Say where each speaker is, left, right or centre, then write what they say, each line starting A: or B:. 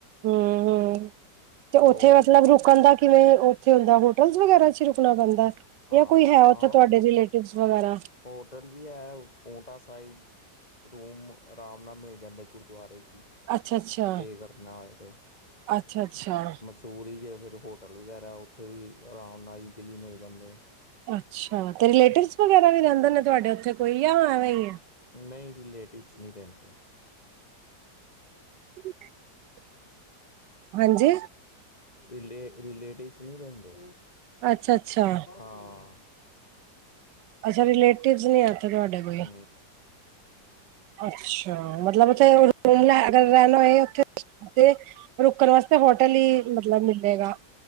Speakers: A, on the right; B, on the left.
A: ਹਮ ਹਮ ਤੇ
B: ਹੋਰ
A: ਉੱਥੇ ਮਤਲਬ ਰੁਕਣ ਦਾ ਕਿਵੇਂ ਉਥੇ ਹੁੰ ਹੋਟਲ ਵਗੈਰਾ ਚ ਰੁਕਣਾ ਪੈਂਦਾ
B: ਹਾਂ
A: ਜਾਂ ਕੋਈ ਹੈ ਉੱਥੇ
B: ਹਾਂ
A: ਤੁਹਾਡੇ
B: ਪੋ
A: ਰਿਲੇਟਿਵ ਵਗੈਰਾ
B: ਹੋਟਲ ਵੀ ਹੈ ਪੂਟਾ ਸਾਹਿਬ ਰੂਮ ਆਰਾਮ ਨਾਲ ਮਿਲ ਜਾਂਦਾ ਗੁਰਦੁਆਰੇ ' ਹੀ
A: ਅੱਛਾ ਅੱਛਾ
B: ਸਟੇ ਕਰਨਾ ਹੋਏ ਤੇ
A: ਅੱਛਾ ਅੱਛਾ
B: ਟੂਰਜ ਫਿਰ ਹੋਟਲ ਵਗੈਰਾ ਉੱਥੇ ਵੀ ਆਰਾਮ ਨਾਲ ਈਜ਼ਲੀ ਮਿਲ ਜਾਂਦੇ
A: ਅੱਛਾ ਅਤੇ ਰਿਲੇਟਿਵਸ ਵਗੈਰਾ ਵੀ ਰਹਿੰਦੇ ਨੇ ਤੁਹਾਡੇ ਉੱਥੇ ਕੋਈ ਆ ਐਂਵੇਂ ਹੀ ਹੈ।
B: ਨਹੀਂ ਰਲੇਟਿਵਸ ਨਹੀਂ ਰਹਿੰਦੇ
A: <unintelligible> <inaudible> ਹਾਂਜੀ
B: ਰਿਲੇ ਰਿਲੇਟਿਵਸ ਨਹੀਂੀ ਰਹਿੰਦੇ
A: ਅੱਛਾ ਅੱਛਾ
B: ਹਾਂ,
A: ਅੱਛਾ ਰਿਲੇਟਿਵ ਨੀ ਇੱਥੇ ਤੁਹਾਡੇ ਕੋਈ?
B: ਹੂੰ,
A: ਅੱਛਾ ਮਤਲਬ ਉੱਥੇ, ਰੂ ਲੈ ਅਗਰ ਰਹਿਣਾ ਹੋਏ ਉੱਥੇ ਰੁਕਣ ਵਾਸਤੇ ਹੋਟਲ ਹੀ ਮਤਲਬ ਮਿਲੇਗਾ